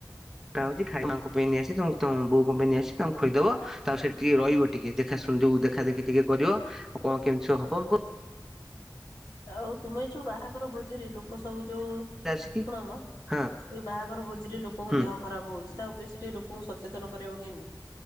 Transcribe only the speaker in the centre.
ଟା ହଉଛି ଖାଇବା ମା ଙ୍କ ପାଇଁ ନେଇ ଆସି ତମ ବୋଉଙ୍କ ପାଇଁ ନେଇ ଆସି ତାଙ୍କୁ ଖୋଇ ଦେବ ଆଉ ସେଠି ରହିବନି। ଟିକେ ଦେଖା ଶୁଣି ବୁ ଦେଖା ଦେଖି ଟିକେ କରିବ ଆଉ କଣ କେମିତି ସବୁ ହବ। ମୁଁ
ଆସିକି
ହଁ
ହୁଁ